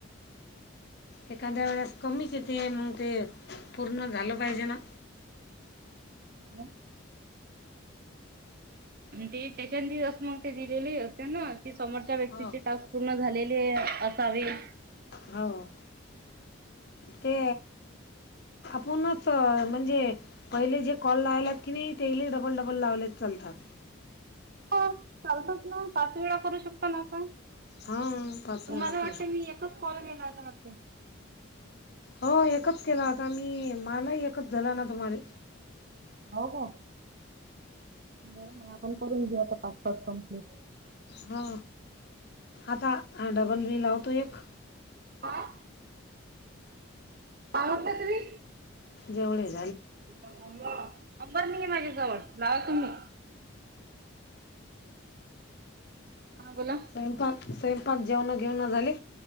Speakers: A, on the left; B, on the right.
A: एखाद्या वेळेस कमीच येते मग ते पूर्ण झालं पाहिजे ना.
B: झालं ते त्याच्या असं मग ते दिलेले असते ना की समोरच्या व्यक्तीची
A: हो
B: टास्क पूर्ण झाले. पूर्ण झाले असावेत.
A: हो ते फोनच म्हणजे पहिले जे कॉल लावलेत की नाही ते डबल डबल लावले चालतात.
B: हो चालतच ना पाच वेळा करू शकता ना आपण.
A: हा पाच
B: तुम्हाला
A: वेळा
B: वाटत
A: कृष्ण
B: मी एकच कॉल केेला होता वाटते.
A: हो एकच केला होता मी मलाही एकच झाला ना तुम्हाले.
B: हो हो. बरं मग आपण करून घेऊ आता पाच पाच कमप्लीट.
A: हा आता डबल बी लावतो एक.
B: काय? काय म्हंटला तुम्ही?
A: जेवळेच
B: नंबर नाही आहे माझ्या जवळ लावा तुम्ही. हा बोला.
A: स्वयंपाक स्वयंपाक जेवण घेवण झाली.